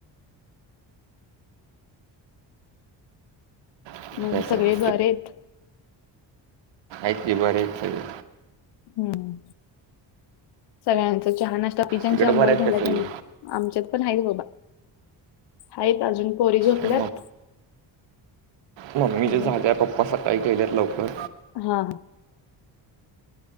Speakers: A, on the right; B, on the left.
A: काय
B: मग सगळे
A: काय
B: बरेच
A: ऐत बरत आहे
B: हम्म सगळ्यांचा चहा नाश्ता पिजांची
A: तिकडे
B: आंघोळ
A: बरे आहेत
B: झाल्या
A: का
B: त्यांनी
A: सगळे
B: आमच्यात पण आहेतच बाबा आहेत अजून पोरी झोपल्यात
A: काय मम्मी
B: आणि
A: जे झाल्या पप्पा स काही केलेत लवकर
B: हा ह